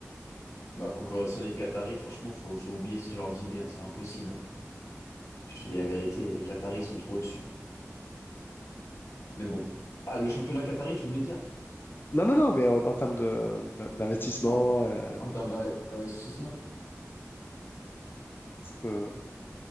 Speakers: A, on the left; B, on the left.
A: Non, concurrence des Qataris, franchement, faut, faut oublier ce genre d'idée, hein, c'est impossible. hein. Je te dis la vérité, les Qataris sont trop au-dessus. Mais bon. Ah, le championnat Qatari, tu voulais dire?
B: Non, non, non, mais en, en termes de, d'in- d'investissement,
A: En,
B: euh,
A: en termes d'inve- d'investissement?
B: parce que